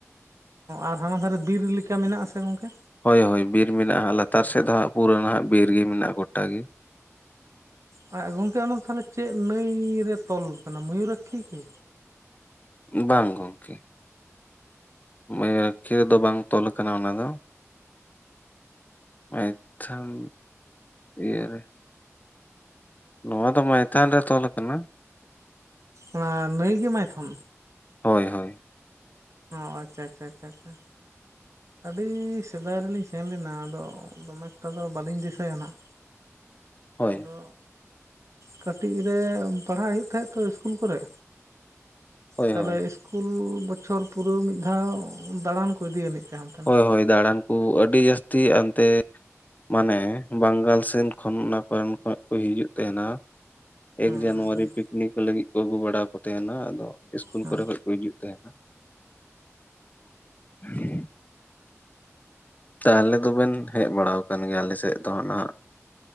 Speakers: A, on the right; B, on the left.
A: ᱟᱨ ᱦᱟᱱᱟ ᱫᱷᱟᱨᱮ ᱵᱤᱨ ᱞᱤᱠᱟ ᱢᱮᱱᱟᱜ ᱟᱥᱮ ᱜᱚᱝᱠᱮ?
B: ᱦᱳᱭ ᱦᱳᱭ ᱵᱤᱨ ᱢᱮᱱᱟᱜᱼᱟ ᱞᱟᱛᱟᱨ ᱥᱮᱫ ᱫᱚ ᱦᱟᱸᱜ ᱯᱩᱨᱟᱹ ᱱᱷᱟᱜ ᱵᱤᱨ ᱜᱮ ᱢᱮᱱᱟᱜᱼᱟ ᱜᱚᱴᱟ ᱜᱮ᱾
A: <unintelligible> ᱜᱚᱝᱠᱮ ᱚᱱᱟ ᱛᱟᱦᱞᱮ ᱪᱮᱜ ᱱᱟᱹᱭ ᱨᱮ ᱛᱚᱞ ᱟᱠᱟᱱᱟ ᱢᱚᱭᱩᱨᱟᱠᱠᱷᱤ ᱠᱤ
B: ᱵᱟᱝ ᱜᱚᱝᱠᱮ ᱢᱚᱭᱩᱨᱟᱠᱠᱷᱤ ᱨᱮ ᱫᱚ ᱵᱟᱝ ᱛᱚᱞ ᱟᱠᱟᱱᱟ ᱚᱱᱟ ᱫᱚ᱾ ᱢᱮᱭᱛᱷᱚᱱ ᱤᱭᱟ ᱨᱮ, ᱱᱚᱣᱟ ᱫᱚ ᱢᱟᱭᱛᱷᱟᱱ ᱨᱮ ᱛᱚᱞ ᱟᱠᱟᱱᱟ᱾
A: ᱚᱱᱟ ᱱᱟᱹᱭ ᱜᱮ ᱢᱟᱭᱛᱷᱚᱱ?
B: ᱦᱳᱭ ᱦᱳᱭ
A: ᱚ ᱟᱪᱪᱷᱟ ᱟᱪᱷᱟ ᱟᱪᱷᱟ ᱟᱪᱷᱟ ᱟᱹᱰᱤ ᱥᱮᱫᱟᱭ ᱨᱮᱞᱤᱧ ᱥᱮᱱ ᱞᱮᱱᱟ ᱟᱫᱚ ᱫᱚᱢᱮ ᱮᱠᱴᱟ ᱫᱚ ᱵᱟᱹᱞᱤᱧ ᱫᱤᱥᱟᱭᱟ ᱱᱟᱦᱟᱸᱜ
B: ᱦᱳᱭ
A: ᱟᱫᱚ ᱠᱟᱹᱴᱤᱜ ᱨᱮ ᱯᱟᱲᱦᱟᱜ ᱦᱩᱭᱩᱜ ᱛᱟᱦᱮᱸᱜ ᱛᱚ ᱤᱥᱠᱩᱞ ᱠᱚᱨᱮ,
B: ᱦᱳᱭ
A: ᱛᱟᱞᱮ
B: ᱦᱳᱭ
A: ᱤᱥᱠᱩᱞ ᱵᱚᱪᱷᱚᱨ ᱯᱩᱨᱟᱹᱣ ᱢᱤᱫ ᱫᱷᱟᱣ ᱫᱟᱬᱟᱱ ᱠᱚ ᱤᱫᱤᱭᱟᱱᱤᱡ ᱾ <unintelligible>
B: ᱦᱳᱭ ᱦᱳᱭ ᱫᱟᱬᱟᱱ ᱠᱩ ᱟᱹᱰᱤ ᱡᱟᱹᱥᱛᱤ ᱟᱱᱛᱮ ᱢᱟᱱᱮ ᱵᱟᱝᱜᱟᱞ ᱥᱮᱱ ᱠᱷᱚᱱ ᱚᱱᱟ ᱠᱚᱨᱮᱱ ᱠᱷᱚᱱ ᱠᱚ ᱦᱤᱡᱩᱜ ᱛᱟᱦᱮᱸᱱᱟ᱾
A: ᱦᱮᱸ
B: ᱮᱠ ᱡᱟᱱᱩᱣᱟᱨᱤ
A: ᱦᱮᱸ
B: ᱯᱤᱠᱱᱤᱠ ᱞᱟᱹᱜᱤᱫ ᱠᱚ ᱟᱹᱜᱩ ᱵᱟᱲᱟ ᱠᱚ ᱛᱟᱦᱮᱸᱱᱟ ᱟᱫᱚ? ᱤᱥᱠᱩᱞ
A: ᱦᱮᱸ
B: ᱠᱚᱨᱮ ᱠᱷᱚᱡ ᱠᱚ ᱦᱤᱡᱩᱜ ᱛᱟᱦᱮᱱᱟ <unintelligible> ᱛᱟᱦᱞᱮ ᱫᱚ ᱵᱮᱱ ᱦᱮᱡ ᱵᱟᱲᱟᱣᱟᱠᱟᱱ ᱜᱮᱭᱟ ᱟᱞᱮ ᱥᱮᱜ ᱫᱚ ᱱᱷᱟᱜ